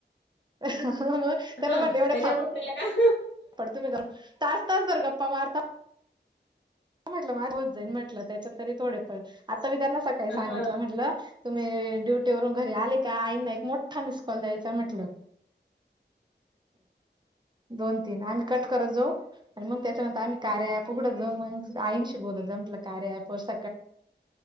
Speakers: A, on the right (about 25°); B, on the left (about 85°).
A: मग त्यांना
B: हां.
A: म्हण एवढे
B: त्याच्यावरून
A: फ
B: त्याला काय
A: पडतो मी तर. तास तास वर गप्पा मारता. म्हटलं माझ होत जाईन म्हटलं त्याच्यात तरी थोडेफळ आता मी त्यांना सकाळी
B: हां,
A: सांगितलं
B: हां.
A: म्हटलं. तुम्ही ड्युटीवरून घरी आले का आईंना एक मोठा मिस कॉल द्यायचा म्हटलं दोन तीन आम्ही कट करत जाऊ आणि मग त्याच्यानंतर आम्ही कार्या ॲप उघडत जाऊ. आयनशी बोत जमटला कार्या आहे पोर स.